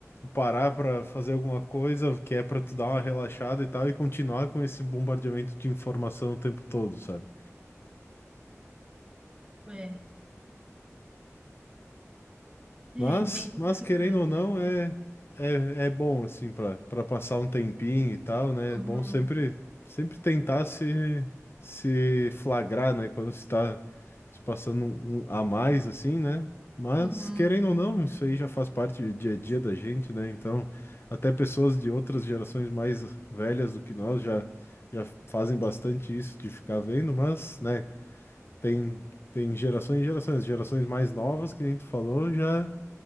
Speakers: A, on the left; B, on the right.
A: parar para fazer alguma coisa que é para tu dar uma relaxada e tal e continuar com esse bombardeamento de informação o tempo todo, sabe?
B: É,
A: Mas,
B: é bem complicado.
A: mas querendo ou não, é, é, é bom, assim, para para passar um tempinho e tal, né?
B: Uhum.
A: É bom sempre, sempre tentar se, se flagrar, né? Quando se está se passando um- um a mais, assim, né? Mas,
B: Uhum.
A: querendo ou não, isso aí já faz parte do dia a dia da gente, né? Então, até pessoas de outras gerações mais velhas do que nós já, já fazem bastante isso de ficar vendo, mas, né? Tem, tem gerações e gerações. Gerações mais novas, que nem tu falou, já